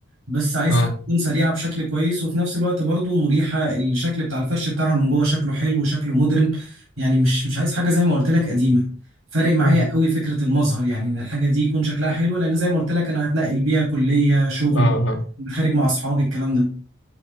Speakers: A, on the right; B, on the left.
A: بس عايز
B: اه
A: حاجة تكون سريعة بشكل كويس وفي نفس الوقت برضو مريحة الشكل بتاع الفرش بتاعها من جوه شكله حلو وشكله مودرن يعني مش مش عايز حاجة زي ما قلت لك قديمة فارق معايا
B: اه
A: قوي فكرة المظهر يعني ان الحاجة دي يكون شكلها حلو لان زي ما قلت لك انا هتنقل بيها كلية شغل
B: اه
A: خارج مع اصحابي الكلام ده